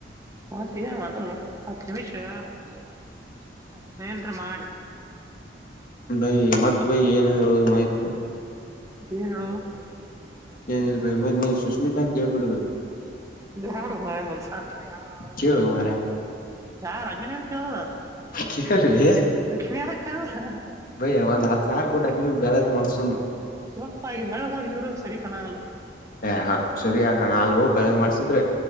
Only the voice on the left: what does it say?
ಬೈ ಮತ್ ಬೈ ಏನ್ ಹೇಳುದು ಮೈತ್.
ಏನಿಲ್ ಬೈ
ಮತ್
ನೀ ಸುಶ್ಮಿತಾ
ಅಂತ ಕೇಳ್ಬಿಡು ಬೈ
ಕೇಳು
ಮಾರಾಯ
ಕೇಳಲಿ
ಬೈ ಒಂದ್ ಹತ್ ಸಾವ್ರ ಕೊಟ್ಟ ಆಕಿನು ಬೆಳಗ್ ಮಾಡ್ಸುನು
ಏ ಹಾ ಸರಿಯಾಕ ಆಗಲ್ಲ ಹೋಗಿ ಬೆಳಿಗ್ಗೆ ಮಾಡ್ಸಿದ್ರ.